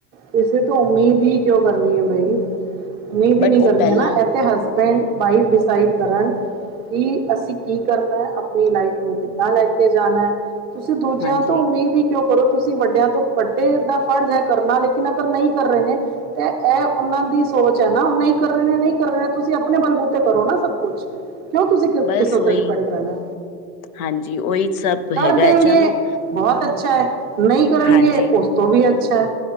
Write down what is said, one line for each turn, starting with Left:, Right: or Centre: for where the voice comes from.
Right: ਕਿਸੇ ਤੋਂ ਉਮੀਦ ਹੀ ਕਿਉਂ ਕਰਨੀ ਏ ਬਈ। ਉੱਮੀਦ
Left: ਬਟ
Right: ਈ ਨੀ
Left: ਉਹ
Right: ਕਰਨੀ
Left: ਪਹਿਲਾਂ
Right: ਐ ਨਾ, ਇਹ ਤੇ ਹਸਬੈਂਡ ਵਾਈਫ ਡਿਸਾਈਡ ਕਰਨ ਕਿ ਅਸੀਂ ਕੀ ਕਰਨਾ, ਆਪਣੀ ਲਾਈਫ ਨੂੰ ਕਿੱਦਾਂ ਲੈ ਕੇ ਜਾਣਾ। ਤੁਸੀਂ ਦੂਜਿਆਂ
Left: ਹਾਂਜੀ
Right: ਤੋਂ ਉਮੀਦ ਹੀ ਕਿਉਂ ਕਰੋ? ਤੁਸੀਂ ਵੱਡਿਆਂ ਤੋਂ, ਵੱਡੇ ਦਾ ਫਰਜ਼ ਹੈ ਕਰਨਾ। ਲੇਕਿਨ ਅਗਰ ਨਹੀਂ ਕਰ ਰਹੇ ਨੇ ਤੇ ਇਹ ਉਹਨਾਂ ਦੀ ਸੋਚ ਐ ਨਾ, ਉਹ ਨਹੀਂ ਕਰ ਰਹੇ ਨੇ - ਨਹੀਂ ਕਰ ਰਹੇ ਨੇ। ਤੁਸੀਂ ਆਪਣੇ ਬਲਬੂਤੇ ਕਰੋ ਨਾ ਸਭ ਕੁਛ। ਕਿਉਂ ਤੁਸੀਂ ਕਿ
Left: ਬਸ
Right: ਕਿਸੇ ਉੱਤੇ
Left: ਉਹੀ
Right: ਡਿਪੈਂਡ ਰਹਿਣਾ?
Left: ਹਾਂਜੀ, ਉਹੀ ਸਭ।
Right: ਕਰ
Left: ਹੈਗਾ
Right: ਦੇਣਗੇ,
Left: ਹੈ। ਚਲੋ
Right: ਬਹੁਤ ਅੱਛੈ, ਨਹੀਂ ਕਰਨਗੇ
Left: ਹਾਂਜੀ
Right: ਉਸ ਤੋਂ ਵੀ ਅੱਛਾ।